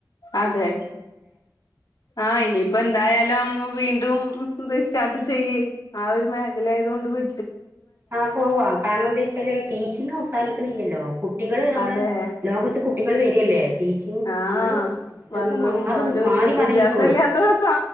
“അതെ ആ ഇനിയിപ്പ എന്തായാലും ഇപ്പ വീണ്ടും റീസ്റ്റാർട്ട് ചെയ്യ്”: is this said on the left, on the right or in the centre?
Left